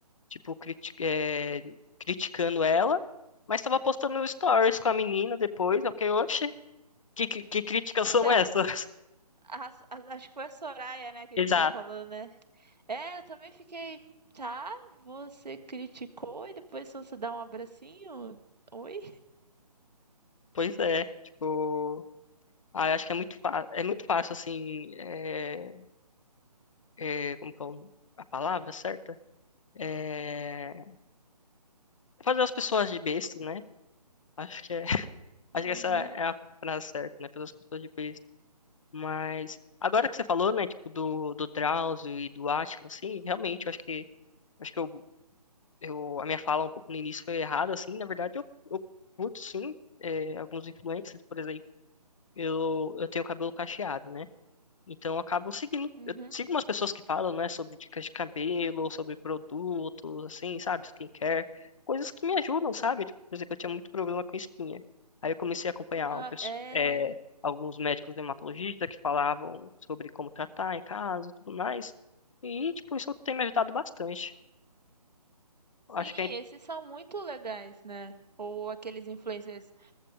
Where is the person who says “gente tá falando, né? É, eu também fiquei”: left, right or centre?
Right